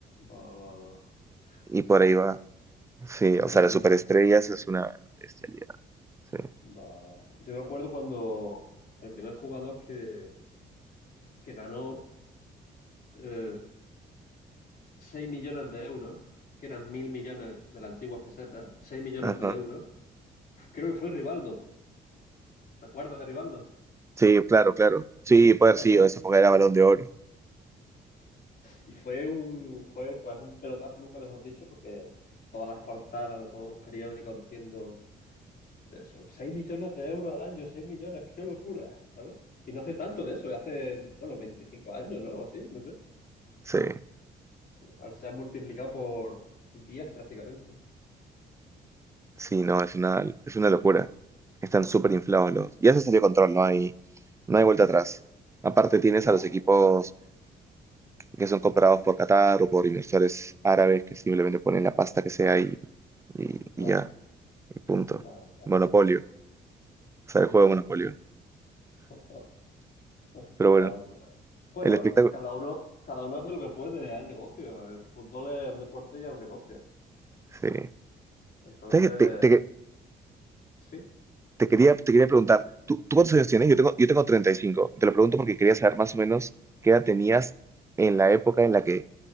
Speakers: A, on the left (about 50°); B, on the right (about 15°).
A: Va, va, va.
B: y por
A: Fua,
B: ahí va. Sí, o sea,
A: 30,
B: las superestrellas
A: 50.
B: es una bestialidad. Sí,
A: Va, va. Yo me acuerdo cuando el primer jugador que, que ganó eh, 6 millones de euros, que eran mil millones de las antiguas pesetas, 6 millones
B: ajá.
A: de euros, creo que fue Rivaldo. ¿Te acuerdas de Rivaldo?
B: Sí, claro, claro. Sí, puede
A: <laughs>
B: haber sido, esa época era Balón de Oro.
A: Y fue un, fue pues un pelotazo, nunca mejor dicho, porque todas las portadas de todos los periódicos diciendo eso, 6 millones de euros al año, 6 millones, qué locura, ¿sabes? Y no hace tanto de eso, hace, bueno, 25 años, ¿no? O Así, no sé.
B: Sí,
A: Ahora se sea, multiplicado por 10 prácticamente.
B: sí, no, es una, es una locura. Están súper inflados los. Ya se salió de control, no hay, no hay vuelta atrás. Aparte
A: Ya,
B: tienes a los equipos
A: ya,
B: que son comprados por Qatar o por inversores árabes que simplemente ponen la pasta que sea y, y-
A: claro,
B: y ya, y punto.
A: claro, claro.
B: Monopolio, o sea,
A: Sí,
B: el juego
A: sí,
B: de Monopolio.
A: sí. <laughs>
B: Pero
A: Total,
B: bueno,
A: total. Bueno,
B: el espectáculo.
A: cada uno, cada uno hace lo que puede, es el negocio. El fútbol es un deporte y es un negocio.
B: Sí.
A: Entonces,
B: ¿Sabes qué? Te, te-
A: sí.
B: te quería, te quería preguntar, ¿tú, tú cuántos años tienes? Yo tengo, yo tengo treinta y cinco Te lo pregunto porque quería saber más o menos qué edad tenías en la época en la que